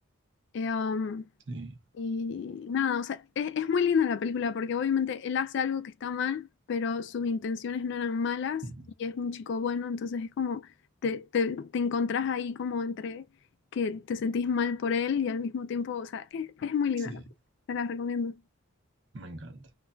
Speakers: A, on the left; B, on the right.
A: Eh, um,
B: Sí,
A: y nada, o sea, es, es muy linda la película porque obviamente él hace algo que está mal, pero sus intenciones no eran malas
B: ujú,
A: y es un chico bueno, entonces es como te, te, te encontrás ahí como entre que te sentís mal por él y al mismo tiempo, o sea, es, es muy linda
B: sí.
A: la película, te la recomiendo.
B: Me encanta.